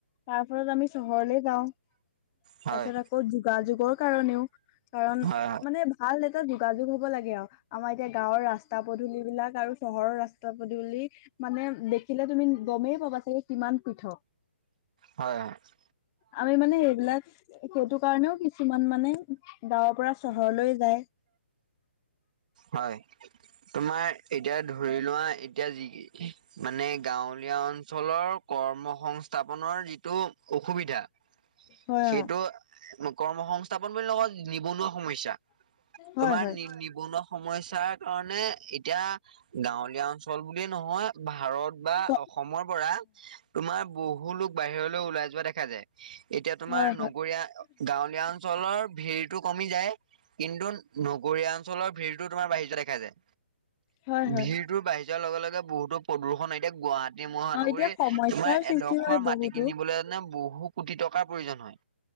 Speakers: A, on the left; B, on the right.
A: তাৰ ফলত আমি চহৰলে যাওঁ
B: হয়
A: তাৰপিছত আকৌ যোগাযোগৰ কাৰণেও। কাৰণ
B: হয়
A: মানে ভাল এটা যোগাযোগ হ'ব লাগে আৰু আমাৰ এতিয়া গাঁওৰ ৰাস্তা পদূল বিলাক আৰু চহৰৰ ৰাস্তা পদূলি, মানে দেখিলে তুমি গমেই পাবা চাগে কিমান পৃথক।
B: হয় হয়
A: আমি মানে সেইবিলাক সেইটো কাৰণেও কিছুমান মানে গাঁৱৰ পৰা চহৰলৈ যায়।
B: হয় তোমাৰ এতিয়া ধৰি লোৱা এতিয়া যি মানে গাঁৱলীয়া অঞ্চলৰ কৰ্ম সংস্থ নৰ যিটো অসুবিধা
A: হয়
B: সেইটো
A: অ
B: কৰ্মসস্থাপন বুলি নকও নিবনুৱা সমস্যা
A: হয়
B: তোমাৰ
A: হয়
B: নি নিবনুৱা সমস্যাৰ কাৰণে এই এতিয়া গাঁৱলীয়া অঞ্চল বুলিয়ে নহয় ভাৰত বা
A: উ
B: অসমৰ পৰা তোমাৰ বহুত বহু লোক বাহিৰলৈ ওলাই যোৱা দেখা যায়। এতিয়া তোমাৰ
A: হয় হয়
B: নগৰীয়া গাঁৱলীয়া অঞ্চলৰ ভেৰি টো কমি যায় কিন্তু নগৰিয়া অনচলৰ ভিৰতো তোমাৰ বাৰি যোৱা দেখা যায়
A: হয় হয়
B: ভিৰটোৰ বাঢ়ি যোৱাৰ লগে লগে বহুত টো প্ৰদূষণ এতিয়া গুৱাহাটী মহানগৰীৰ
A: অ এতিয়া সমস্যাৰ
B: তোমাৰ
A: সৃষ্টি
B: এডখ এডখৰ
A: হয়
B: মাটি
A: বহুতো
B: কিনিবলৈ কাৰনে বহুত কোটি টকাৰ প্ৰয়োজন হয়।